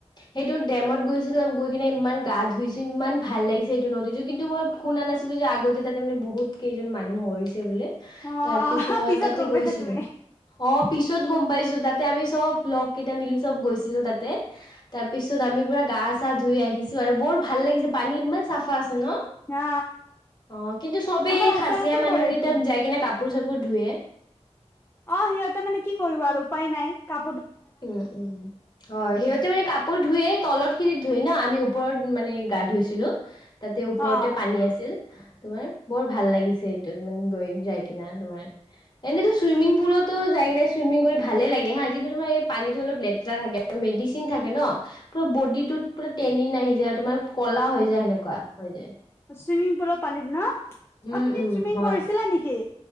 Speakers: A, on the left; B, on the left.
A: সেইটো ডেমত গৈছিলোঁ গৈ কিনে ইমান গা ধুইছোঁ ইমান ভাল লাগিছে সেইটো নদীটো কিন্তু, মই শুনা নাছিলোঁ যে আগতে তাতে মানে বহুত কেইজন মানুহ মৰিছে বোলে।
B: অ
A: তাৰ পিছত তাতে
B: গম
A: গৈছিলোঁ।
B: পাইছা তুমি
A: অ', পিছত গম পাইছোঁ তাতে আমি চব লগ কেইটা মিলি চব গৈছিলোঁ তাতে তাতে, তাৰপিছত আমি পুৰা গা চা ধুই আহিছোঁ আৰু বৰ ভাল লাগিছে পানী ইমান চাফা ন,
B: অ
A: অ', কিন্তু চবেই
B: আমাৰ ওচৰতে
A: খাচিয়া মানুহ
B: পৰে এইটো
A: কিটা যায় কাপোৰ চাপোৰ ধোৱে।
B: অ', সিহঁতে মানে কি কৰিব আৰু উপায় নাই ক
A: উম, উম, হয় সিহঁতে মানে কাপোৰ ধুয়ে তলত খিনিত ধুই ন আমি ওপৰত মানে গা ধুইছিলোঁ। তাতে ওপৰতে
B: অ
A: পানী আছিল তোমাৰ বৰ ভাল লাগিছে এইটো মানে গৈ যাই কিনা তোমাৰ এনেইতো ছুইমিং পুলতো যাই কিনে ছুইমিং কৰি ভালেই লাগে হা কিন্তু তোমাৰ এ পানীটো অলপ লেতেৰা থাকে, মেডিচিন থাকে ন', পুৰা বডীটোত পুৰা টেনিন আহি যায় আৰু তোমাৰ ক'লা হৈ যায় সেনেকুৱা হৈ যায়
B: ছুইমিং পুলত পানীত ন,
A: উম
B: অ', তুমি
A: উম
B: ছুইমিং
A: হয়
B: কৰিছিলাঁ নেকি?